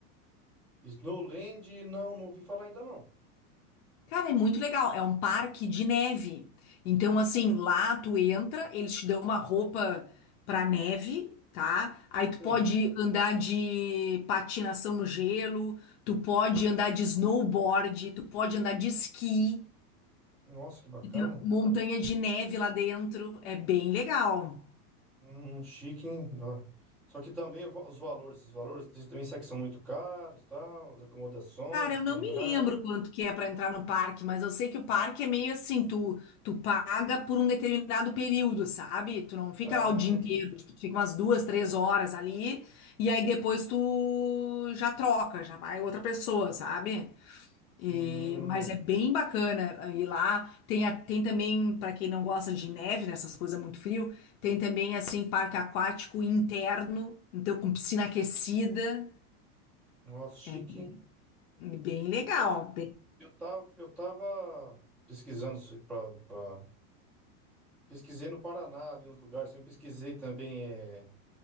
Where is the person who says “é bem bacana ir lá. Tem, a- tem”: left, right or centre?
Left